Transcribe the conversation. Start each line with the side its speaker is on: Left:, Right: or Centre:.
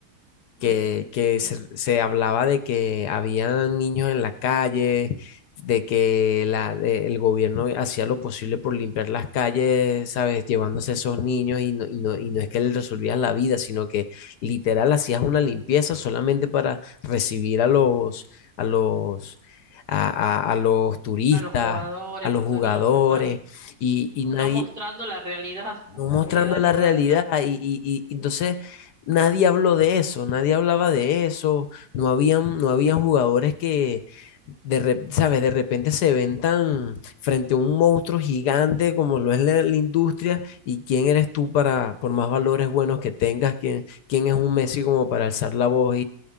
Left: que,
Right: Ujú,
Left: que
Right: Sí.
Left: se, se hablaba de que había niños en la calle, de que la, de- el gobierno hacía lo posible por limpiar las calles, ¿sabes? Llevándose esos niños y no, y no, y no es que les resolvías la vida, sino que literal hacías una limpieza solamente para recibir a los, a los, a, a- a los turistas,
Right: a los jugadores,
Left: a los
Right: los turistas,
Left: jugadores.
Right: claro.
Left: Y, y
Right: No
Left: nadie,
Right: mostrando la realidad, <laughs>
Left: no mostrando
Right: la realidad del
Left: la
Right: lugar,
Left: realidad.
Right: claro.
Left: Y, y- y- entonces nadie habló de eso, nadie hablaba de eso, no habían, no habían jugadores que, de, rep- ¿sabes? De repente se ven tan frente a un monstruo gigante como lo es la, la industria y quién eres tú para, por más valores buenos que tengas, quién, quién es un Messi como para alzar la voz